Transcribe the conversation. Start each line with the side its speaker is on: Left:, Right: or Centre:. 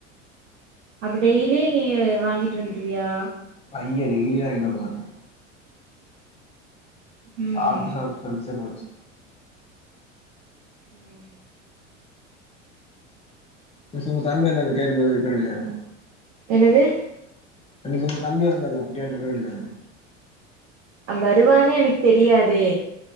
Right: அப்ப டெய்லி நீ வாங்கிட்டு வந்துடுவியா
Left: அய்ய டெய்லிலா வாங்கிட்டு வரமாட்டே
Right: ம்
Left: சாப்ட்டு சாப்ட்டு சலிச்சே போச்சி
Right: ம்
Left: திஸ் உங்க தம்பி வந்தனே கேட்டுப்பாத்து இருக்க வேண்டிதான
Right: என்னது
Left: அன்னிக்கு உங்க தம்பி வந்தல அப்ப கேட்ருக்க வேண்டிதான
Right: வருவானே எனக் தெரியாதே